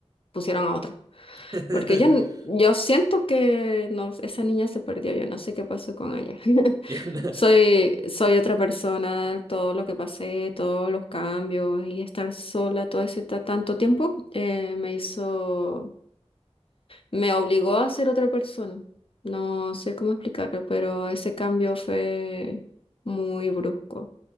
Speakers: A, on the left; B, on the right.
A: pusieron a otra.
B: <laughs>
A: Porque yo, n- yo siento que no, esa niña se perdió, yo no sé qué pasó con ella. <laughs>
B: Ya, no.
A: Soy, soy otra persona, todo lo que pasé, todos los cambios y estar sola todo ese ta- tanto tiempo eh, me hizo, me obligó a ser otra persona. No sé cómo explicarlo, pero ese cambio fue muy brusco,